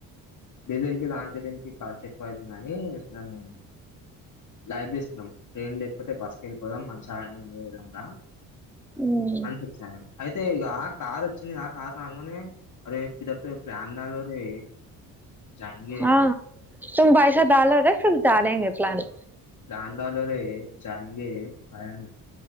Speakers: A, on the left; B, in the centre.
A: దేదినికి దానికి దినికి ఖర్చు ఎక్కువ అయ్యితుంది అని ఏయ్ ధను లైట్ తీసుకున్నాం ట్రైన్ లేకపోతే బస్సుకి వెళ్ళిపోదాం మంచి దాని లేదంగా
B: ఉమ్
A: అనిపించాన అయితే ఇక కార్ వచ్చింది గా కార్ రంగనే అరే ఇద్దరు సో ప్లాన్ దల్ రే జహి
B: ఆ తుమ్ బైసా దాల్ లో రే తుమ్ డాలేంగే చెలాని
A: జాన్ దాలేరే జయింగే క ర